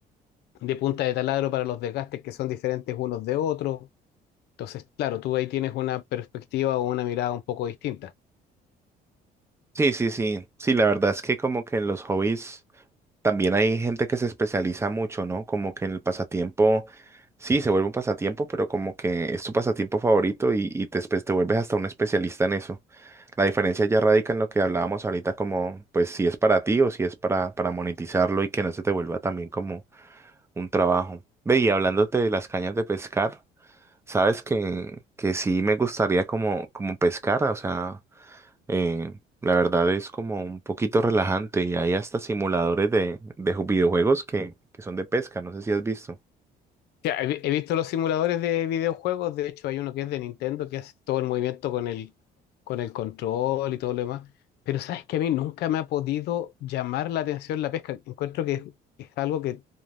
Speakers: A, on the left (about 75°); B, on the right (about 15°).
A: de punta de taladro para los desgastes que son diferentes unos de otros. Entonces, claro, tú ahí tienes una perspectiva o una mirada un poco distinta.
B: Sí, sí, sí. Sí, la verdad es que como que en los hobbies... También hay gente que se especializa mucho, ¿no? Como que en el pasatiempo, sí, se vuelve un pasatiempo, pero como que es tu pasatiempo favorito y, y te, espe- te vuelves hasta un especialista en eso. La diferencia ya radica en lo que hablábamos ahorita, como pues si es para ti o si es para, para monetizarlo y que no se te vuelva también como un trabajo. Ve, y hablándote de las cañas de pescar, sabes que, que sí me gustaría como, como pescar, o sea. Eh, la verdad es como un poquito relajante y hay hasta simuladores de, de ju- videojuegos que, que son de pesca, no sé si has visto.
A: Sí, he, he visto los simuladores de videojuegos, de hecho hay uno que es de Nintendo que hace todo el movimiento con el, con el control y todo lo demás, pero sabes que a mí nunca me ha podido llamar la atención la pesca. Encuentro que es, es algo que